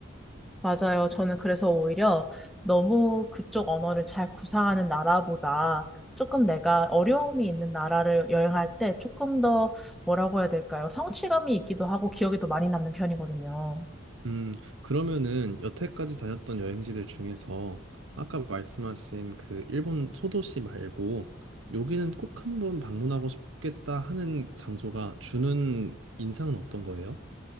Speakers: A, in the centre; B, on the right (about 80°).
A: 맞아요. 저는 그래서 오히려 너무 그쪽 언어를 잘 구사하는 나라보다 조금 내가 어려움이 있는 나라를 여행할 때 조금 더 뭐라고 해야 될까요? 성취감이 있기도 하고 기억에도 많이 남는 편이거든요.
B: 음, 그러면은 여태까지 다녔던 여행지들 중에서 아까 말씀하신 그 일본 소도시 말고 여기는 꼭 한번 방문하고 싶겠다 하는 장소가 주는 인상은 어떤 거예요?